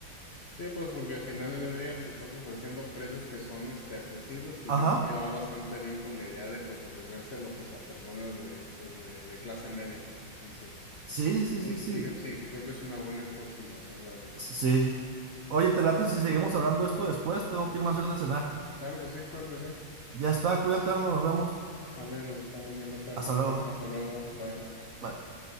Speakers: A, on the left; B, on the right.
A: Sí, pues porque al final del día, si estás ofreciendo precios que son este accesibles, pues
B: Ajá.
A: yo creo que va bastante bien con la idea de pues ofrecérselo pues a personas de pues de, de clase media, ¿no? Entonces,
B: Sí, sí,
A: sí,
B: sí, sí.
A: sí, creo- sí, sí creo que es una buena aproximación, la verdad.
B: Sí. Oye, te late si seguimos hablando de esto después. Tengo que irme a hacer de cenar.
A: Claro que sí, claro que sí.
B: Ya está, cuídate, Arnold, nos vemos.
A: Vale, nos estamos viendo, Carlos.
B: Hasta luego.
A: Hasta, hasta luego. Bye.
B: Bye.